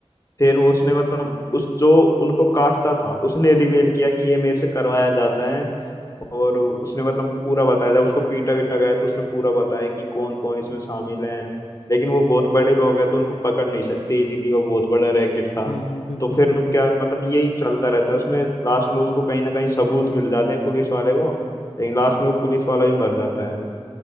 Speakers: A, on the left; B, on the left.
A: फिर वो उसने मतलब उस जो उनको काटता था उसने रिवेल किया कि ये मेरे से करवाया जाता है और उसने मतलब पूरा बताया था उसको पीटा वीटा गया तो उसने पूरा बताया कि कौन कौन इसमें शामिल है लेकिन वो बहुत बड़े लोग हैं तो उनको पकड़ नहीं सकते इजीली वो बहुत बड़ा रैकेट था
B: जी जी बिल्कुल
A: तो फिर
B: बिल्कुल
A: वो क्या मतलब यही चलता रहता है उसमें लास्ट में उसको कहीं ना कहीं सबूत मिल जाते हैं पुलिस वाले को लेकिन लास्ट में वो पुलिस वाला भी मर जाता है